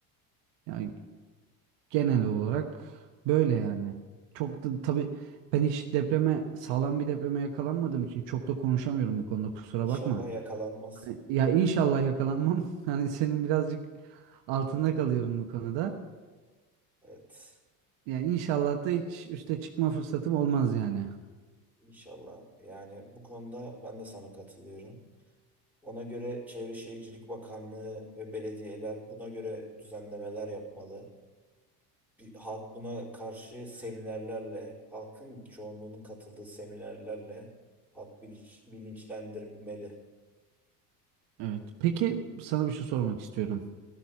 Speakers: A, on the right; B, in the centre.
A: Yani genel olarak böyle yani. Çok da tabii ben hiç depreme, sağlam bir depreme yakalanmadığım için çok da konuşamıyorum bu konuda kusura
B: İnşallah
A: bakma.
B: yakalanmazsın.
A: E, Ya inşallah yakalanmam. <laughs> Hani senin birazcık altında kalıyorum bu konuda.
B: Evet,
A: Ya inşallah da hiç üste çıkma fırsatım olmaz yani.
B: inşallah. Yani bu konuda ben de sana katılıyorum. Ona göre Çevre Şehircilik Bakanlığı ve belediyeler buna göre düzenlemeler yapmalı. Bir, halk buna karşı seminerlerle, halkın çoğunluğunun katıldığı seminerlerle halk bilinç- bilinçlendirmeli.
A: Evet. Peki sana bir şey sormak istiyorum.